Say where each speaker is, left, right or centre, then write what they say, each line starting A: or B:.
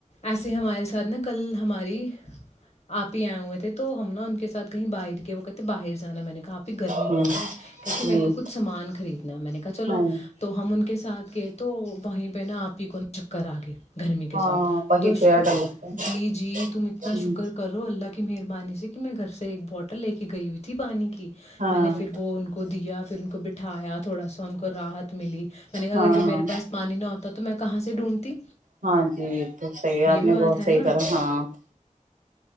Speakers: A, on the left; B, on the right.
A: ایسے ہمارے اس کر لیں کل ہماری اپ بھی ائے ہوئے تھے تو ہم نا ان کے ساتھ کہیں باہر کے وقت باہر جانا ہے میں نے کہا اپ بھی گرمی
B: ہوں
A: بہت ہیں کہتی
B: جی
A: ہے میرے کو خود سامان خریدنا ہے میں نے کہا چلو
B: ہاں
A: تو ہم ان کے ساتھ گئے تو وہیں پہ نا اپ کی پر اگیا گرمی کے
B: ہاں
A: ساتھ
B: وہی
A: تو
B: یار ڈر لگتا ہے
A: جی جی تم اتنا
B: ہ
A: شکر کرو اللہ کی مانے سے کہ میں گھر سے ایک بٹل لے کے گئی تھی پانی کی
B: ہاں
A: میں نے پھر وہ ان کو دیا پھر ان کو بٹھایا تھوڑا سا ان کو راحت ملی میں نے کہا
B: ہاں
A: اگر یہ
B: ہاں
A: میرے پاس پانی نہ ہوتا تو میں کہاں سے ڈھونڈتی
B: ہاں جی تو صحیح اپ
A: یہ بھی
B: نے
A: بات
B: بہت
A: ہے
B: صحیح
A: نا
B: کہا ہاں